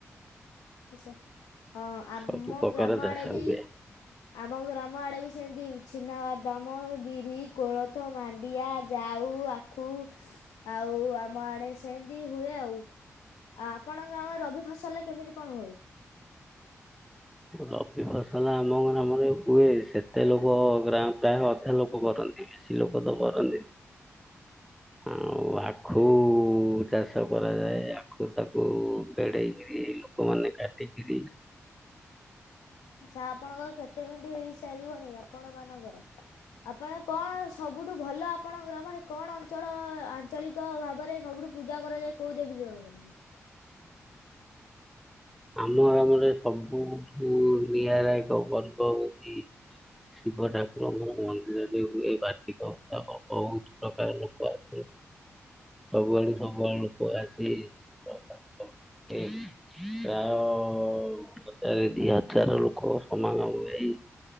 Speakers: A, on the left; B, in the centre.
A: ଆଛା, ହଁ ଆମ
B: ସବୁ ପ୍ରକାର
A: ଗ୍ରାମ
B: ଚାଷ
A: ଆଡ଼େ ବି
B: ହୁଏ
A: ଆମ ଗ୍ରାମ ଆଡ଼େ ବି ସେମିତି ଛିନାବାଦମ, ବିରି, କୋଳଥ, ମାଣ୍ଡିଆ, ଜାଉ, ଆ ଖୁ ଆଉ ଆମ ଆଡେ ସେମତି ହୁଏ ଆଉ। ଆ ଆପଣଙ୍କ ଗ୍ରାମରେ ରବି ଫସଲରେ କେମିତି କଣ ହୁଏ?
B: ରବି ଫସଲ ଆମ ଗ୍ରାମରେ ହୁଏ, ସେ ଏତେ ଲୋକ ଗ୍ରାମ ପ୍ରାୟ ଅଧା ଲୋକ କରନ୍ତି ବେଶୀ ଲୋକ ତ କରନ୍ତିନି। ଆଉ ଆଖୁ ଚାଷ କରାଯାଏ, ଆଖୁରୁ ତାକୁ ବେଡ଼େଇକରି ଲୋକମାନେ କାଟିକରି
A: ଆଚ୍ଛା ଆପଣଙ୍କର କେତେ ବିଣ୍ଡି ହେଇ ସାରିବନି ଆପଣ ମାନଙ୍କର? ଆପଣ କଣ ସବୁଠୁ ଭଲ ଆପଣଙ୍କ ଗ୍ରାମରେ କଣ ଅଞ୍ଚଳ ଆଞ୍ଚଳିକ ଭାବରେ ସବୁଠୁ ପୂଜା କରାଯାଏ କୋଉ ଦେଵୀ। <unintelligible>
B: ଆମ ଗ୍ରାମରେ ସବୁଠୁ ନିଆରା ଏକ ପର୍ବ ହଉଛି ଶିବ ଠାକୁରଙ୍କର ମନ୍ଦିରରେ ହୁଏ ବାର୍ଷିକ ଉତ୍ସବ। ବହୁତ ପ୍ରକାର ଲୋକ ଆସନ୍ତି। ସବୁଆଡୁ ସବୁଆଡୁ ଲୋକ ଆସି <inaudible> ପ୍ରାୟ ହଜାର ଦି ହଜାର ଲୋକ ସମାନଙ୍କୁ <unintelligible>